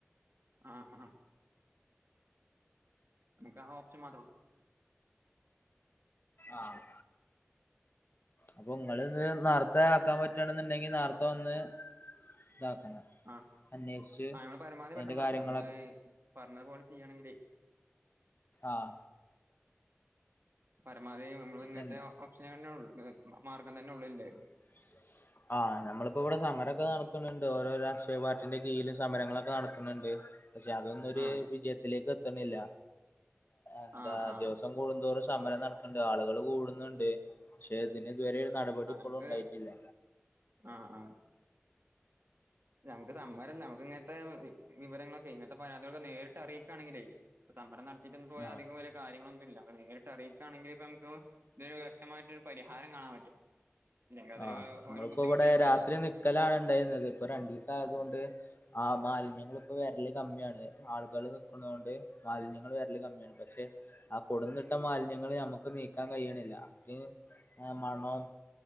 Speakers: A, on the right; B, on the left.
A: ആ ആ നമുക്ക് ആ ഓപ്ശൻ മാത്രേ ഉള്ള്
B: ആഹ് അപ്പൊ ഇങ്ങളിത് ഇന്ന് നേർത്തെ ആക്കാൻ പറ്റണെന്നുണ്ടെങ്കി നേർത്തെ വന്ന് ഇതാക്കണം
A: ആഹ
B: അന്വേഷിച്ച്
A: ആ നമ്മൾ പരമാവധി
B: അതിന്റെ
A: പെട്ടെന്ന്
B: കാര്യങ്ങളൊക്കെ
A: ആക്കാം നിങ്ങള് പറഞ്ഞതു പോലെ ചെയ്യണങ്കിലേ
B: ആഹ
A: പരമാവധി നമ്മള് ഇങ്ങനത്തെ
B: എ
A: ഓപ്ഷന തന്നെ ഉള്ളൂ മാർഗ്ഗം തന്നെ ഉള്ളൂല്ലേ
B: <inaudible> ആഹ് നമ്മളിപ്പോ ഇവിടെ സമരമൊക്കെ നടക്കുന്നുണ്ട്. ഓരോ രാഷ്ട്രീയ പാർട്ടിന്റെ കീഴിലും സമരങ്ങളൊക്കെ നടക്കുന്നുണ്ട്. പക്ഷെ അതൊന്നും ഒരു
A: ആഹ്
B: വിജയത്തിലേക്ക് എത്തുന്നില്ല. എന്താ
A: ആഹ് ആഹ്
B: ദിവസം കൂടുന്തോറും സമരം നടക്കുന്നുണ്ട്, ആളുകൾ കൂടുന്നുണ്ട് പക്ഷെ ഇതു വരേഒരു നടപടി ഇപ്പോഴും
A: നമക്ക്
B: ഉണ്ടായിട്ടില്ല
A: ആ ആ നമുക്ക് സമരം നമുക്ക് ഇങ്ങനത്തെ വിവരങ്ങളൊക്കെ ഇങ്ങനത്തെ പരാതികളൊക്കെ നേരിട്ട് അറിയിക്കുകയാണെങ്കിലെ പ്പം സമരം നട റ്റൊന്ന പോയാ
B: ആഹ്
A: അധികം വല്യ കാര്യങ്ങളൊന്നുല്ല. നേരിട്ട് അറിയിക്കുകയാണെങ്കിൽ ഇപ്പൊനമുക്ക് ഇതിന് വ്യക്തമായിട്ട് ഒരു പരിഹാരം കാണാൻ പറ്റും. ഇല്ലെങ്കിൽ അതൊരു
B: ആ നമ്മളിപ്പോ
A: ഒരു ബുദ്ധിമുട്ടായി
B: ഇവിടെ
A: കഴിഞ്ഞപ്പോ
B: രാത്രി നിക്കലാണ് ഉണ്ടായിരുന്നത് ഇപ്പൊ രണ്ടു ദിവസം ആയതുകൊണ്ട് ആ മാലിന്യങ്ങൾ ഇപ്പോവരല് കമ്മിയാണ് ആളുകൾ നിൽക്കുന്നത് കൊണ്ട് മാലിന്യങ്ങൾ വരല് കമ്മിയാണ്. പക്ഷെ ആ കൊടന്നിട്ട മാലിന്യങ്ങൾ നമ്മക്ക് നീക്കാൻ കഴിയണില്ല. അതിന് മണോം